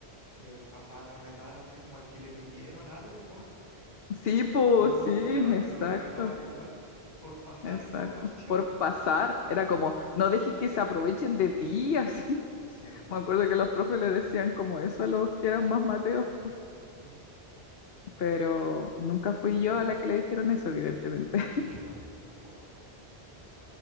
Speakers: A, on the left (about 45°); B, on the left (about 65°).
A: que pasaban a retar así como al que le pidieron algo, po. <laughs>
B: Sí, po,
A: Él
B: sí,
A: no copiaba,
B: exacto,
A: pero los retaban igual por pasar
B: exacto.
A: información.
B: Por pasar, era como, no dejes que se aprovechen de ti, así. <laughs>
A: <laughs> Sí,
B: Me acuerdo que los profes le decían como eso a los que eran más mateos, po.
A: mm,
B: Pero nunca fui yo a la que le dijeron eso, evidentemente.
A: <laughs> ay, tampoco,